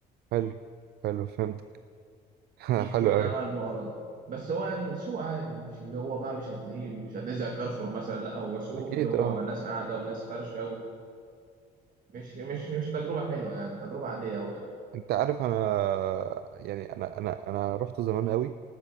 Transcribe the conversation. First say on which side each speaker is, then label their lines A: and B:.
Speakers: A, on the right; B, on the right.
A: حلو حلو فهمت <laughs>
B: في كل
A: حلو قوي
B: أنواع البهارات بس هو يعني سوق عادي مش اللي هو بقى مش هتلاقيه مش هتلاقيه زي كارفور مثلا لا هو سوق
A: اكيد
B: اللي هو
A: اه
B: ناس قاعدة وناس فرشة ومش مش مش تجربة حلوة يعني تجربة عادية أوي يعني
A: انت عارف انا يعني انا انا انا رحت زمان قوي